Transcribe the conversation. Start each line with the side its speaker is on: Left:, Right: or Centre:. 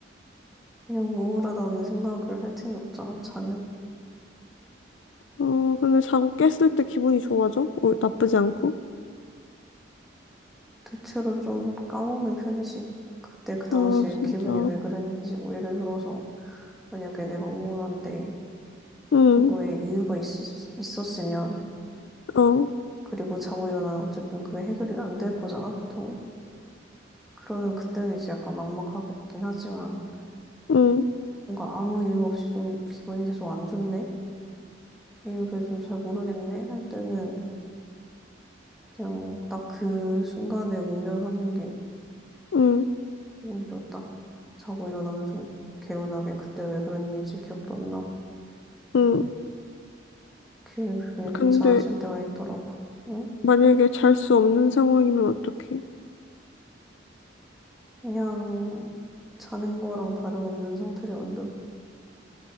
Centre: 그냥 우울하다는 생각을 할 틈이 없잖아, 자면.
Left: 어, 근데 자고 깼을 때 기분이 좋아져? 어, 나쁘지 않고?
Centre: 대체로 좀 까먹는 편이지. 그때 그 당시에
Left: 아, 진짜.
Centre: 기분이 왜 그랬는지, 뭐 예를 들어서, 만약에 내가 우울한데,
Left: 응,
Centre: 그거에 이유가 있었, 있었으면,
Left: 어, 어,
Centre: 그리고 자고 일어나면 어쨌든 그게 해결이 안 될 거잖아, 보통은. 그러면 그때는 이제 약간 막막하긴 하지만,
Left: 응,
Centre: 뭔가 아무 이유 없이 좀 기분이 계속 안 좋네? 이유를 좀 잘 모르겠네? 할 때는, 그냥 딱 그 순간에 모면하는 게
Left: 응,
Centre: 오히려 딱 자고 일어나면 좀 개운하게 그때 왜 그랬는지 기억도 안 나고
Left: 응.
Centre: 기분이, 기분이 괜찮아질
Left: 근데
Centre: 때가 있더라고. 응?
Left: 만약에 잘 수 없는 상황이면 어떡해?
Centre: 그냥 자는 거랑 다름없는 상태를 만들어.